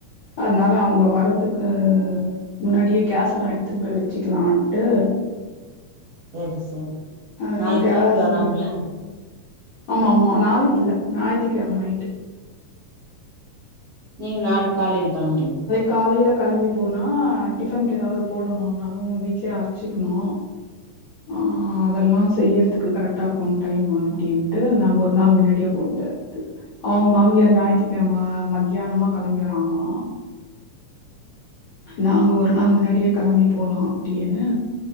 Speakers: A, on the left (about 70°); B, on the right (about 85°).
A: அதனால அவுங்க வர்றதுக்கு முன்னாடியே கேஸ் எல்லா எடுத்துன்னு போய் வச்சிக்கலான்ட்டு
B: சேரி சேரி
A: அ
B: நாளைக்கி
A: கேஸு
B: நைட் வர்றாங்களா
A: ஆமா ஆமா நாளைக்கி இல்ல ஞாயித்துக்கெழம நைட்டு்
B: நீங்க நாளைக்கி காலேல கெளம்புறீங்க
A: காலேல கெளம்பி போனா டிஃபனுக்கு ஏதாவது போடணுன்னாலு வீட்லயே அரைச்சிக்கணு ஆ அதெல்லா செய்யறதுக்கு கரெக்டா இருக்கு டைம் அப்டின்ட்டு நாங்க ஒரு நாள் முன்னாடியே போட்டாச்சி அவுங்க மாமியார் ஞாயித்துகெழம மத்தியானமா கெளம்பி வர்றாங்களா நாங்க ஒரு நாள் முன்னாடியே கெளம்பி போலா அப்டின்னு